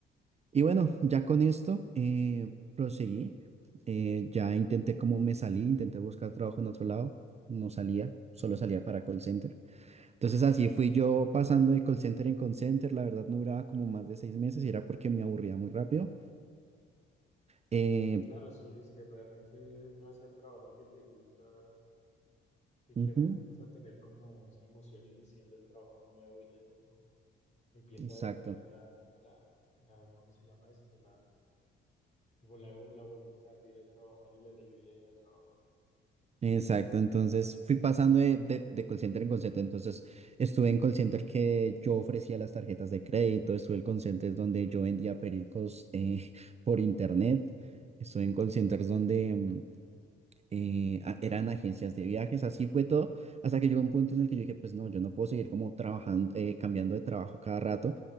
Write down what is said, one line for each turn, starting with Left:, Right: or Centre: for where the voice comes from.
Right: Y bueno, ya con esto eh, proseguí. eh, ya intenté como me salí, intenté buscar trabajo en otro lado. No salía, solo salía para call center. Entonces así fui yo pasando de call center en call center. La verdad no duraba como más de seis meses y era porque me aburría muy rápido. Eh,
Left: Es que, claro, si, si realmente no es el trabajo que te gusta, simplemente
Right: ujú,
Left: vas a tener como esa emoción inicial del trabajo nuevo y ya luego empieza
Right: exacto.
Left: a decaer la, la, la, ¿cómo se llama esto? La, como la, la voluntad de ir a trabajar y la alegría de ir a trabajar.
Right: Exacto, entonces fui pasando de, de, de call center en call center, entonces estuve en call center que yo ofrecía las tarjetas de crédito, estuve en call centers donde yo vendía pericos eh, <laughs> por internet, estuve en call centers donde mm, eh, a- eran agencias de viajes, así fue todo, hasta que llegó un punto en el que yo dije, pues no, yo no puedo seguir como trabajando, eh, cambiando de trabajo cada rato,